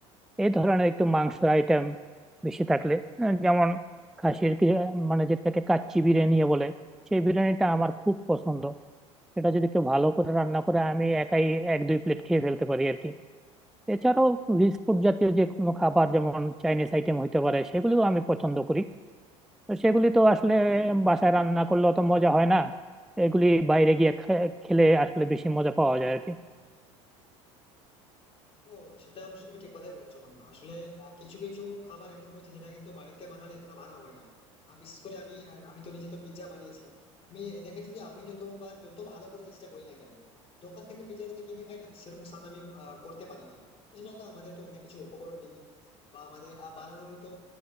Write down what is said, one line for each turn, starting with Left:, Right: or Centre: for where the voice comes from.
Centre: এই ধরনের একটু মাংসের আইটেম বেশি থাকলে আহ, যেমন খাসির কি মানে যেটাকে কাচ্চি বিরিয়ানি বলে সেই বিরিয়ানিটা আমার খুব পছন্দ সেটা যদি কেউ ভালো করে রান্না করে আমি একাই এক দুই প্লেট খেয়ে ফেলতে পারি আর কি এছাড়াও রিচ ফুড জাতীয় যে কোনো খাবার যেমন চাইনিজ আইটেম হইতে পারে সেগুলিও আমি পছন্দ করি তো সেগুলি তো আসলে বাসায় রান্না করলে অত মজা হয় না এগুলি বাইরে গিয়ে খে- খেলে আসলে বেশি মজা পাওয়া যায় আর কি
Left: ও সেটা অবশ্য তুমি ঠিক কথাই বলেছো বন্ধু আসলে আহ, কিছু কিছু খাবার এমন রয়েছে যেটা কিন্তু বাড়িতে বানালে এতটা ভালো হয় না আর বিশেষ করে আমি আমি তো নিজে তো পিৎজা বানিয়েছি আমি দেখেছি যে আমি যতবার যত ভালো করে চেষ্টা করি না কেন দোকান থেকে পিৎজাটা যে কিনে খাই না সেরকম স্বাদ আমি আহ, করতে পারি না তো সেটা তো আমাদের তো অনেক কিছু উপকরণ নেই বা আমাদের আহ, বানানোর তো